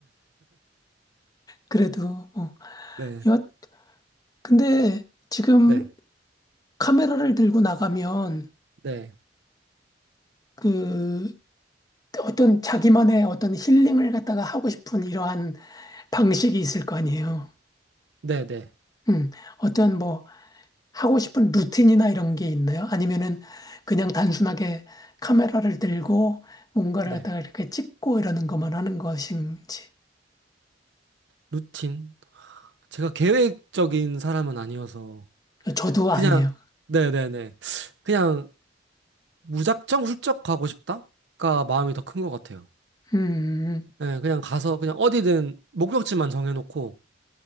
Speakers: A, on the left; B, on the right.
A: 그래도 뭐
B: 네.
A: 여, 근데 지금
B: 네.
A: 카메라를 들고 나가면
B: 네.
A: 그 어떤 자기만의 어떤 힐링을 갖다가 하고 싶은 이러한 방식이 있을 거 아니에요.
B: 네, 네.
A: 음, 어떤 뭐 하고 싶은 루틴이나 이런 게 있나요? 아니면은 그냥 단순하게 카메라를 들고 뭔가를
B: 네.
A: 갖다가 이렇게 찍고 이러는 것만 하는 것인지.
B: 루틴. 제가 계획적인 사람은 아니어서
A: 저도
B: 그냥
A: 아니에요.
B: 네, 네, 네. 그냥 무작정 훌쩍 가고 싶다가 마음이 더 큰 것 같아요.
A: 음, 음.
B: 예, 그냥 가서 그냥 어디든 목적지만 정해놓고